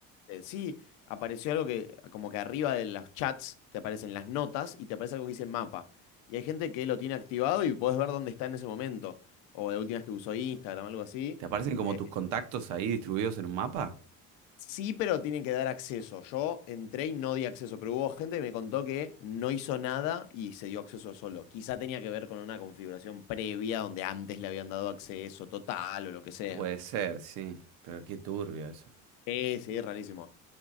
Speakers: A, on the left; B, on the right.
A: Eh, sí, apareció algo que, como que arriba de los chats te aparecen las notas y te aparece algo que dice mapa. Y hay gente que lo tiene activado y podés ver dónde está en ese momento. O la última vez que usó Instagram, algo así.
B: ¿Te aparecen como
A: Eh,
B: tus contactos ahí distribuidos en un mapa?
A: sí, pero tienen que dar acceso. Yo entré y no di acceso, pero hubo gente que me contó que no hizo nada y se dio acceso solo. Quizá tenía que ver con una configuración previa donde antes le habían dado acceso total o lo que sea.
B: Puede ser, sí, pero qué turbio eso.
A: Sí, sí, es rarísimo.